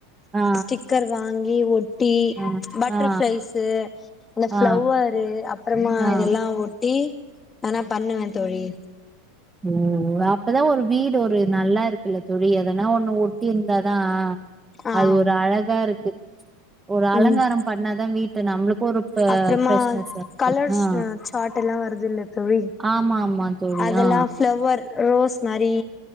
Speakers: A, on the right; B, on the left.
A: ஆ
B: ஸ்டிக்கர் வாங்கி ஒட் டி
A: ஆ
B: பட்டர்ஃப்ளைஸ
A: ஆ
B: அந்த
A: ஆ
B: பிளவரு அப்பறமா
A: ஆ
B: இதெல்லா ஒட்டி எதுனா பண்ணுவ தோழி
A: உம் அப்பதா ஒரு வீடு ஒரு நல்லா இருக்குல தோழி எதனா ஒண்ணு ஒட்டி இருந்தாதா
B: ஆ
A: அது ஒரு அழகா இருக்கு ஒரு அலங்கார
B: ம்
A: பண்ணாதா வீட் நம்மளுக்கு ஒரு
B: அப்புறமா
A: பிரஷ்னஸ்க்
B: கலர்ஸ்
A: இருக்க ஆ
B: சார்ட் எல்லா வருதுல்ல தோழி
A: ஆமா ஆமா தோழி
B: அதெல்லா
A: ஆ
B: பிளவர் ரோஸ் மாரி